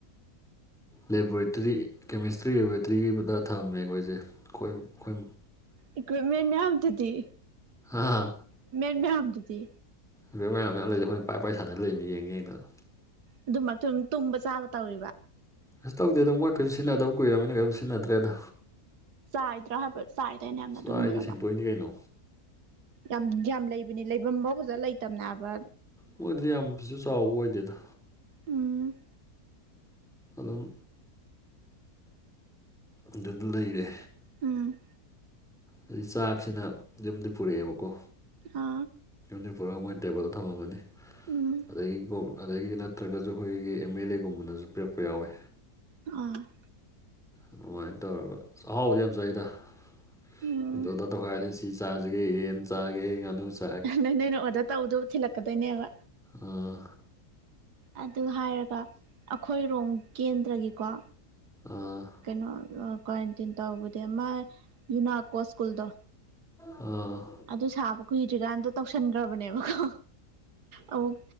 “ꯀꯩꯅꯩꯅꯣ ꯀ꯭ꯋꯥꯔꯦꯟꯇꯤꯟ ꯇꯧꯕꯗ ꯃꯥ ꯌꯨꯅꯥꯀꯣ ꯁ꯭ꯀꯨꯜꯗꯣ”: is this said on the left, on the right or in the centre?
Right